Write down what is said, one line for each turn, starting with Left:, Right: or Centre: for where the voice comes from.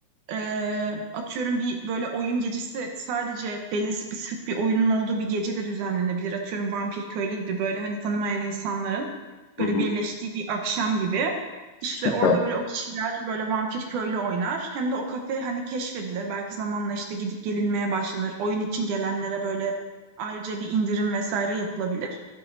Right: Ee, atıyorum bir böyle oyun gecesi sadece belli spesifik bir oyunun olduğu bir gece de düzenlenebilir. Atıyorum Vampir Köylü gibi böyle hani tanımayan insanların
Left: hı
Right: böyle
Left: hı.
Right: birleştiği bir akşam gibi.
Left: Süper.
Right: İşte orada böyle o kişiler böyle Vampir Köylü oynar. Hem de o kafe hani keşfedilir. Belki zamanla işte gidip gelinmeye başlanır. Oyun için gelenlere böyle ayrıca bir indirim vesaire yapılabilir.